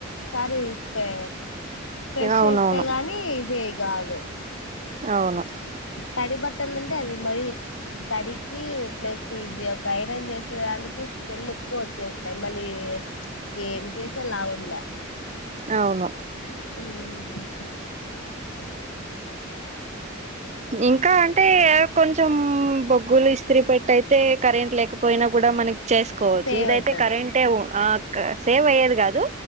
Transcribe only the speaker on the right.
అవునవును
అవును
అవును
ఇంకా అంటే కొంచెం బొగ్గులు ఇస్త్రీ పెట్టె అయితే కరెంట్ లేక పోయినా కూడా మనకి చేసు కోవచ్చు
ఇదైతే
కరెంటే <unintelligible> సేవ్ అయ్యేది కాదు